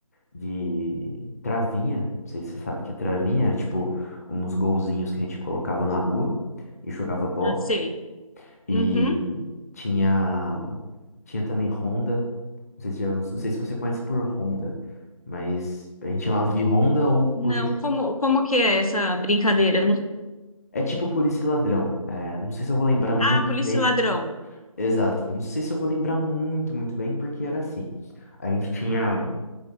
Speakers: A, on the left (about 25°); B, on the left (about 75°).
A: de travinha, não sei se você sabe o que é travinha, era tipo uns golzinhos que a gente colocava na rua e jogava bola.
B: Ah, sei.
A: E
B: Uhum.
A: tinha, tinha também ronda, não sei se, já- não sei se você conhece por ronda, mas a gente chamava de ronda ou
B: Não,
A: polícia.
B: como, como que é essa brincadeira?
A: É tipo polícia e ladrão, é, não sei se eu vou lembrar muito
B: Ah, polícia
A: bem,
B: e ladrão.
A: exato, eu não sei se eu vou lembrar muito, muito bem, porque era assim, a gente tinha